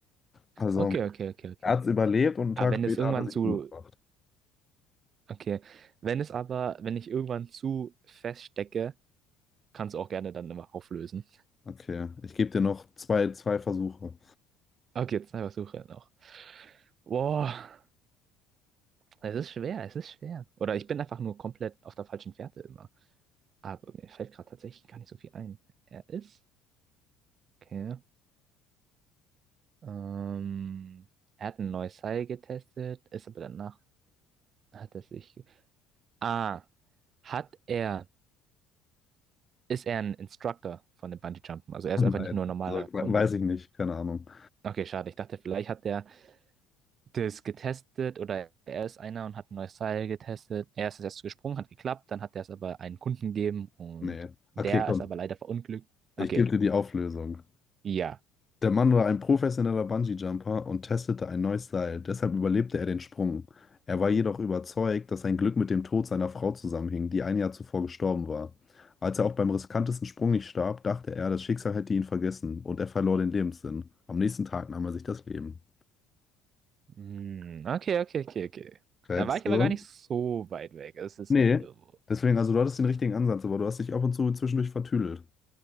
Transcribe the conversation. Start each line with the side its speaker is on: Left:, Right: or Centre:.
Left: Also,
Right: Okay, okay, okay, okay.
Left: er hat es überlebt und einen
Right: Aber
Left: Tag
Right: wenn
Left: später
Right: es irgendwann
Left: hat er sich
Right: zu.
Left: umgebracht.
Right: Okay. Wenn es aber, wenn ich irgendwann zu feststecke, kannst du auch gerne dann immer auflösen.
Left: Okay, ich gebe dir noch zwei, zwei Versuche.
Right: Okay, zwei Versuche noch. Boah, es ist schwer, es ist schwer. Oder ich bin einfach nur komplett auf der falschen Fährte immer. Aber mir fällt gerade tatsächlich gar nicht so viel ein. Er ist. Okay. Ähm, er hat ein neues Seil getestet, ist aber danach hat er sich. ge- Ah. Hat er ist er ein Instructor von dem Bungee-Jumpen.
Left: <laughs>
Right: Also er ist
Left: Nein,
Right: einfach nicht nur ein normaler
Left: also,
Right: Kunde.
Left: we- weiß ich nicht, keine Ahnung.
Right: Okay, schade. Ich dachte, vielleicht hat der das getestet oder er ist einer und hat ein neues Seil getestet. Er ist erst gesprungen, hat geklappt, dann hat er es aber einen Kunden gegeben und
Left: Nee.
Right: der
Left: Okay, komm,
Right: ist aber leider verunglückt. Okay,
Left: ich gebe dir die Auflösung.
Right: ja.
Left: Der Mann war ein professioneller Bungee-Jumper und testete ein neues Seil, deshalb überlebte er den Sprung. Er war jedoch überzeugt, dass sein Glück mit dem Tod seiner Frau zusammenhing, die ein Jahr zuvor gestorben war. Als er auch beim riskantesten Sprung nicht starb, dachte er, das Schicksal hätte ihn vergessen und er verlor den Lebenssinn. Am nächsten Tag nahm er sich das Leben.
Right: Hm, okay, okay, okay, okay.
Left: Checkst
Right: Da war ich aber
Left: du?
Right: gar nicht so weit weg. Also es
Left: Nee.
Right: ist geht irgendwo.
Left: Deswegen, also du hattest den richtigen Ansatz, aber du hast dich ab und zu zwischendurch vertüdelt.